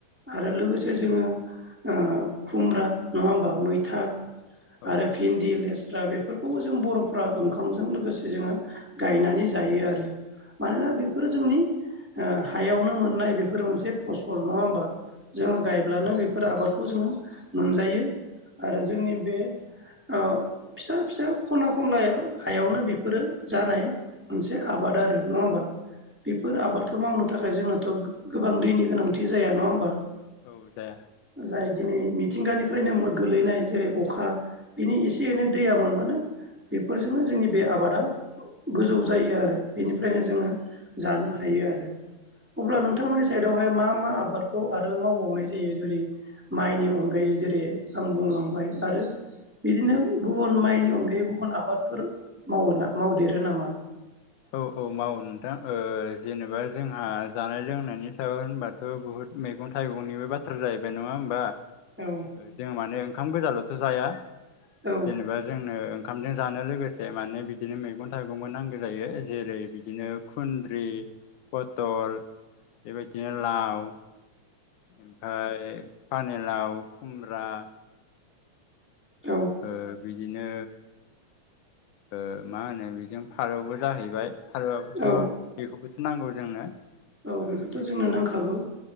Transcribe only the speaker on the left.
औ
औ
उम
औ
औ जाया
औ
औ औ मावो नोंथां ओ जेनेबा जोंहा जानाय लोंनायनि सायाव होनबाथ' बुहुत मैगं थाइगंनिबो बाथ्रा जाहैबाय नङा होनोमबा
जों माने ओंखाम गोजानाल'थ' जाया
जेनेबा जोंनो ओंखामजों जानो लोगोसे माने बिदिनो मैगं थाइगंबो नांगौ। जायो जेरै बिदिनो खुन्द्रि पथल बेबायदिनो लाव ओमफाय पानिलाव खुमब्रा
ओ बि बिदिनो ओ मा होनो बेजों फारौबो जाहैबाय फारौबोथ'
बेखौबोथ' नांगौ जोंनो
ओ
बिदिनो